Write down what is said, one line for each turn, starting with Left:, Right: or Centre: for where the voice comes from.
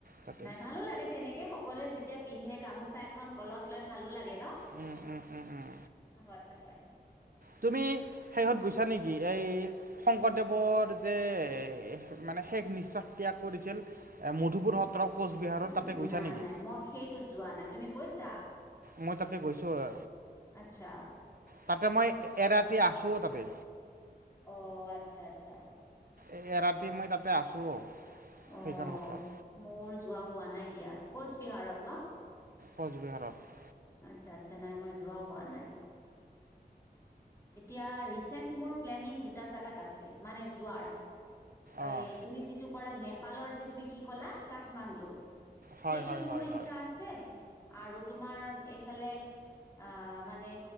Right: তাতে
Left: নাই ভালো লাগে তেনেকে সকলোৱে যেতিয়া পিন্ধে গামোচা এখন গলত লৈ ভালো লাগে ন'।
Right: উম, উম, উম, উম।
Left: হয়, হয়।
Right: তুমি শেহত গৈছা নেকি এই শংকৰদেৱৰ যে ম মানে শেষ নিশ্বাস ত্যাগ কৰিছিল। মধুপুৰ
Left: উম,
Right: সত্ৰ কোচবিহাৰত
Left: উম,
Right: তাতে গৈছা
Left: নাই,
Right: নেকি?
Left: নাই মই সেইটোত যোৱা নাই, তুমি গৈছা?
Right: মই তাতে গৈছোঁ আ
Left: আচ্ছা
Right: তাতে, মই এৰাতি আছোঁ তাতে।
Left: অ', আচ্ছা, আচ্ছা।
Right: এ-এৰাতি মই তাতে আছোঁ।
Left: অ',
Right: সেইখন সত্ৰত
Left: মোৰ যোৱা হোৱা নাই দিয়া, কোচবিহাৰত ন?
Right: কোচবিহাৰত।
Left: আচ্ছা, আচ্ছা নাই মই যোৱা হোৱা নাই। এতিয়া ৰিচেন্ট মোৰ প্লেনিং দুটা জাগাত আছে, মানে যোৱাৰ
Right: অঁ।
Left: এই তুমি যিটো কৰা নেপালৰ যে, তুমি কি ক'লা কাঠমাণ্ডু।
Right: হয়
Left: সেইটোত
Right: হয়
Left: মোৰ
Right: হয়
Left: ইচ্ছা
Right: হয়।
Left: আছে। আৰু তোমাৰ এইফালে আ, মানে